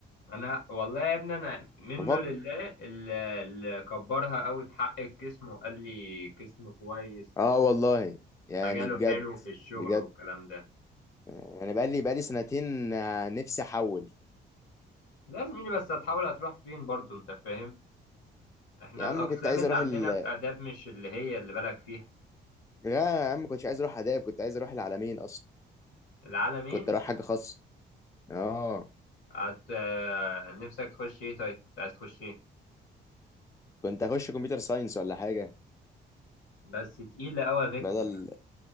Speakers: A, on the left; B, on the left.
A: انا والله يا ابني انا منه
B: بفكر
A: لله اللي اللي كبرها قوي في حق قسمه وقال لي قسم كويس
B: اه والله يعني
A: ومجاله
B: بجد
A: حلو في الشغل
B: بجد
A: والكلام ده
B: آه، انا بقالي بقالي سنتين آه، نفسي احول
A: لا زميلي بس هتحاول هتروح فين برضو انت فاهم احنا
B: يا عم
A: الاقسام
B: كنت عايز
A: اللي
B: اروح
A: عندنا
B: ال
A: في اداب مش اللي هي اللي بالك فيها
B: لا يا عم كنتش عايز اروح اداب كنت عايز اروح العالمين اصلا
A: العالمين
B: كنت اروح حاجه خاصه اه
A: هت آه، نفسك تخش ايه طيب كنت عايز تخش ايه
B: كنت اخش كمبيوتر ساينس ولا حاجه
A: بس تقيلة قوي فيكتور
B: بدل